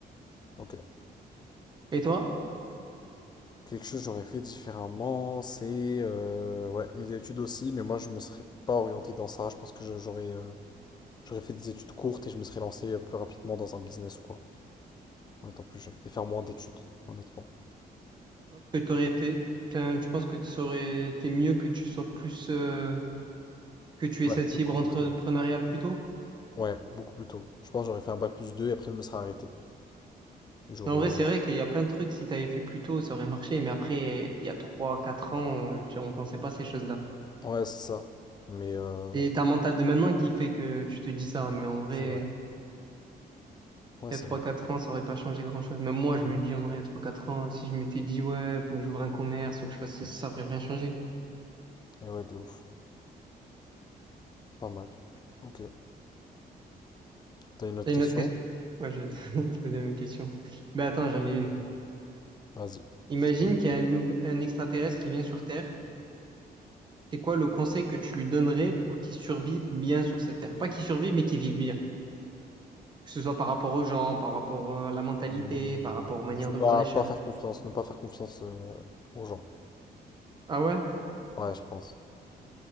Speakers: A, on the left (about 25°); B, on the right (about 25°).
A: ok.
B: Et toi?
A: Quelque chose que j'aurais fait différemment, c'est euh, ouais, mes études aussi, mais moi je me serais pas orienté dans ça. Je pense que je- j'aurais euh, j'aurais fait des études courtes et je me serais lancé euh, plus rapidement dans un business ou quoi, en étant plus jeune. Et faire moins d'études, honnêtement.
B: Tu penses que t'aurais fait, enfin, tu penses que tu serais, t'es mieux que tu sois plus, euh, que tu
A: Ouais,
B: aies cette
A: plus
B: fibre
A: concentré.
B: entrepreneuriale plus tôt?
A: Ouais, beaucoup plus tôt. Je pense que j'aurais fait un bac plus 2 et après je me serais arrêté. Et j'aurais.
B: En vrai, c'est
A: euh,
B: vrai qu'il y a plein de trucs, si t'avais fait plus tôt, ça aurait marché, mais après, il y a trois, quatre ans, on on pensait pas à ces choses-là.
A: Ouais, c'est ça. Mais euh,
B: Et t'as un mental de maintenant qui fait que tu te dis ça, mais en vrai,
A: c'est vrai. Ouais,
B: il
A: c'est
B: y a trois
A: vrai.
B: quatre ans, ça aurait pas changé grand-chose. Même moi,
A: De
B: je me
A: ouf.
B: dis en vrai, il y a trois quatre ans, si je m'étais dit, ouais, faut que j'ouvre un commerce, faut que je fasse ça, ça aurait rien changé.
A: Et ouais, de ouf. Pas mal. Ok. T'as une autre
B: T'as une
A: question?
B: autre question? Ouais, j'ai <laughs> posé la même question. Mais attends, j'en ai une.
A: Vas-y.
B: Imagine
A: Je- je-
B: qu'il y a un, nouveau- un extraterrestre qui vient sur Terre. C'est quoi le conseil que tu lui donnerais pour qu'il survive bien sur cette Terre? Pas qu'il survive, mais qu'il vive bien. Que ce soit par rapport aux gens, par rapport euh, à la mentalité,
A: Mmh,
B: par rapport aux manières
A: Faut
B: de
A: pas,
B: voir les choses.
A: pas faire confiance, ne pas faire confiance euh, aux gens.
B: Ah ouais?
A: Ouais, je pense.